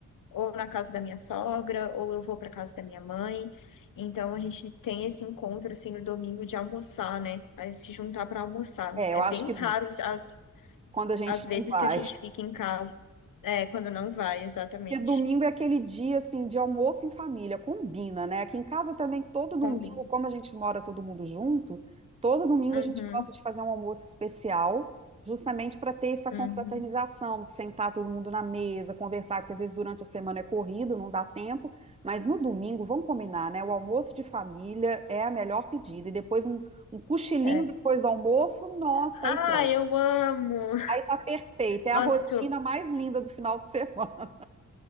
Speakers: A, on the left; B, on the right.
A: ou na casa da minha sogra, ou eu vou para casa da minha mãe. Então a gente tem esse encontro assim no domingo de almoçar, né? Aí se juntar para almoçar.
B: É,
A: É
B: eu acho
A: bem
B: que
A: raro as
B: quando a gente
A: as vezes
B: não vai.
A: que a gente fica em casa, é, quando não vai, exatamente.
B: Porque domingo é aquele dia assim de almoço em família, combina, né? Aqui em casa também, todo domingo,
A: Combina.
B: como a gente mora todo mundo junto, todo domingo
A: Uhum,
B: a gente gosta de fazer um almoço especial, justamente para ter essa
A: uhum.
B: confraternização, de sentar todo mundo na mesa, conversar, que às vezes durante a semana é corrido, não dá tempo, mas no domingo, vamos combinar, né? O almoço de família é a melhor pedida, e depois um, um cochilinho
A: É.
B: depois do almoço, nossa,
A: Ah,
B: aí pronto.
A: eu amo!
B: Aí tá perfeito, é
A: Nossa,
B: a rotina
A: tu,
B: mais linda do final de semana.